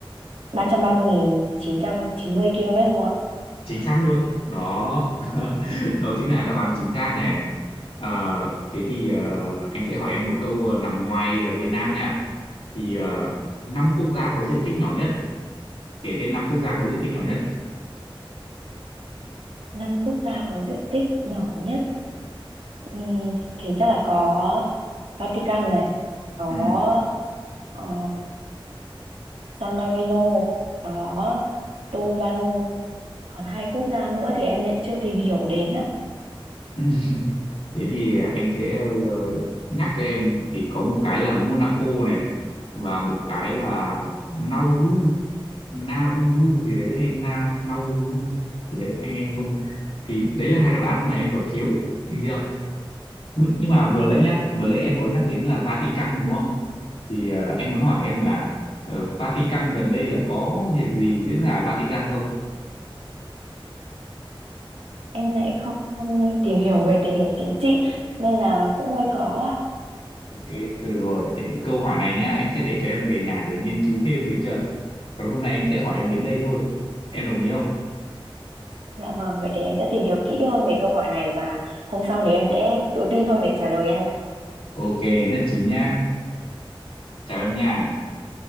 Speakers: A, on the right; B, on the left.
A: ba ba trăm trăm mươi nghìn chín trăm chín mươi km vuông ạ
B: chính xác luôn đó <laughs> đó chính là đáp án chính xác này Ờ, thế thì ờ, anh sẽ hỏi em một câu ờ, nằm ngoài ờ, Việt Nam nha thì ờ, năm quốc gia có diện tích nhỏ nhất kể tên năm quốc gia có diện tích nhỏ nhất
A: năm quốc gia có diện tích nhỏ nhất Ừ, thì chắc là có Vatican này, có
B: ừ.
A: ờ, San Marino, có Tuvalu, còn hai quốc gia nữa thì em lại chưa tìm hiểu đến á.
B: <laughs> thế thì anh sẽ ờ, nhắc cho em thì có một cái là Monaco này và một cái là Nauru Nauru thì đấy Na Nauru thì đấy anh anh không thì đấy là hai đáp án mà em còn thiếu được chưa Nh- nhưng
A: Ừ,
B: mà vừa nãy nhá vừa nãy em có nhắc đến là Vatican đúng không thì ờ, anh muốn hỏi em là ờ, Vatican gần đây là có việc gì diễn ra ở Vatican không
A: Em lại không, không tìm hiểu về tình hình chính trị nên là cũng hơi khó ạ.
B: ok thôi được rồi thế thì câu hỏi này nhá anh sẽ để cho em về nhà để nghiên cứu thêm được chưa còn hôm nay anh sẽ hỏi em đến đây thôi em đồng ý không
A: Dạ vâng, vậy thì em sẽ tìm hiểu kỹ hơn về câu hỏi này và hôm sau thì em sẽ tự tin hơn để trả lời anh ạ.
B: ok nhất trí nhá chào em nha